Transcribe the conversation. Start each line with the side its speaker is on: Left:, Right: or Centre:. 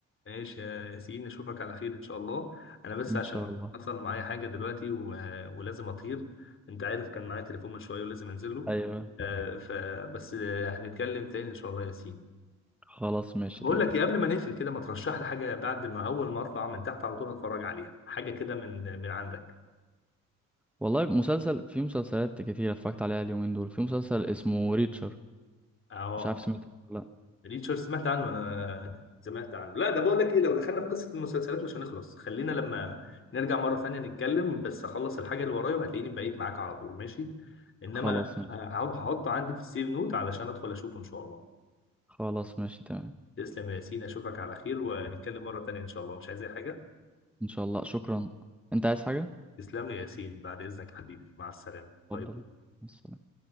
Left: ماشي يا ياسين اشوفك على خير ان شاء الله انا بس
Centre: ان
Left: عشان
Centre: شاء الله
Left: حصل معايا حاجه دلوقتي و... ولازم اطير انت عارف كان معايا تليفون من شويه ولازم انزل له
Centre: ايوه
Left: آه فبس آه، هنتكلم تاني ان شاء الله يا ياسين
Centre: خلاص ماشي
Left: بقول
Centre: تمام
Left: لك ايه قبل ما نقفل كده ما ترشح لي حاجه بعد ما اول ما اطلع من تحت على طول اتفرج عليها حاجه كده من من عندك
Centre: والله مسلسل في مسلسلات كتير اتفرجت عليها اليومين دول في مسلسل اسمه ريتشر
Left: اه
Centre: مش عارف سمعت ولا لا
Left: ريتشارد سمعت عنه انا سمعت عنه لا ده بقول لك ايه لو دخلنا في قصه المسلسلات مش هنخلص خلينا لما نرجع مره ثانيه نتكلم بس اخلص الحاجه اللي ورايا وهتلاقيني بقيت معاك على طول ماشي انما
Centre: خلاص ماشي
Left: هع- هحطه عندي في السيف نوت علشان ادخل اشوفه ان شاء الله
Centre: خلاص ماشي تمام
Left: تسلم يا ياسين اشوفك على خير ونتكلم مره ثانيه ان شاء الله مش عايز اي حاجه
Centre: ان شاء الله شكرا انت عايز حاجة
Left: تسلم لي يا ياسين بعد اذنك يا حبيبي مع السلامه باي
Centre: اتفضل
Left: باي
Centre: مع السلامة.